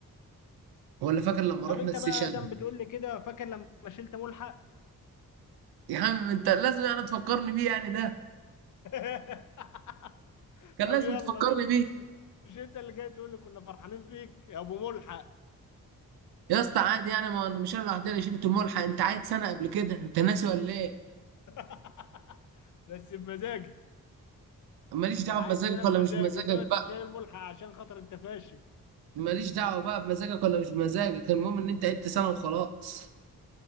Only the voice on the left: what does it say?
طب انت
بقى دم بتقول لي كده فاكر لما شلت ملحق
<laughs>
طب
يلا
بقى.
مش انت اللي جاي تقول لي كنا فرحانين فيك يا ابو ملحق
<laughs> بس بمزاجك
انا عايز
سنه
بمزاج
انما انت
شايل ملحق عشان خاطر انت فاشل